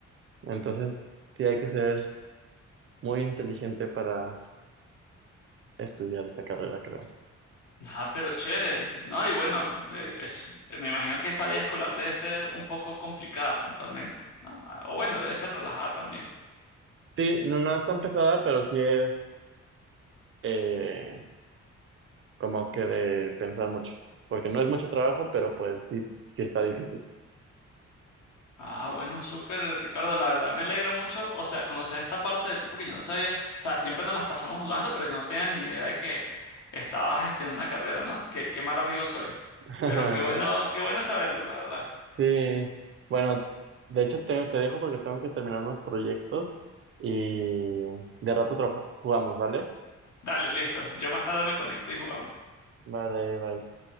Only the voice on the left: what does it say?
Ah, pero chévere. No, y bueno, eh, es, eh, me imagino que esa vida escolar debe ser un poco complicada puntualmente, ¿no? Ah, O bueno, debe ser relajada también.
Ah, bueno, súper, Ricardo, la verdad me alegra mucho, o sea, conocer esta parte de ti porque yo no sabía, o sea, siempre nos las pasamos jugando, pero yo no tenía ni idea de que estabas estudiando una carrera, ¿no? Qué, qué mal amigo soy.
Pero qué bueno, qué bueno saberlo, la verdad.
Dale, listo. Yo más tarde me conecto y jugamos.